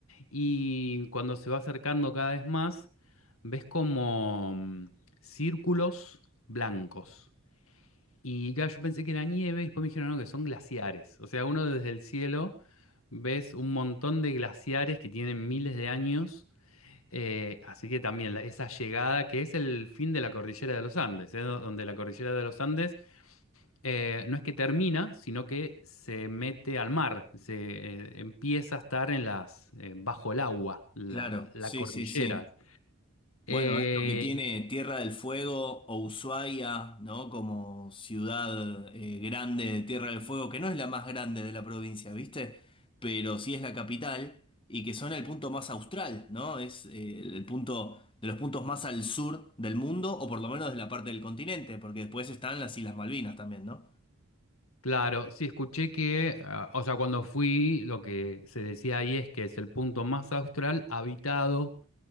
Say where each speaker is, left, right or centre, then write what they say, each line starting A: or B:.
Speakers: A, on the left; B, on the left.
A: Y cuando se va acercando cada vez más, ves como mm, círculos blancos y claro, yo pensé que era nieve y después me dijeron, no, que son glaciares. O sea, uno desde el cielo ves un montón de glaciares que tienen miles de años. Eh, así que también la- esa llegada que es el fin de la cordillera de los Andes, eh, do- donde la cordillera de los Andes eh, no es que termina, sino que se mete al mar, se eh, empieza a estar en las, eh, bajo el agua, la,
B: Claro,
A: la
B: sí,
A: cordillera.
B: sí, sí.
A: Eh,
B: Bueno, es lo que tiene Tierra del Fuego o Ushuaia, ¿no? Como ciudad eh, grande de Tierra del Fuego, que no es la más grande de la provincia, ¿viste? Pero sí es la capital y que son el punto más austral, ¿no? Es eh, el punto de los puntos más al sur del mundo, o por lo menos de la parte del continente, porque después están las Islas Malvinas también, ¿no?
A: Claro, sí, escuché que, ah, o sea, cuando fui, lo que se decía ahí es que es el punto más austral habitado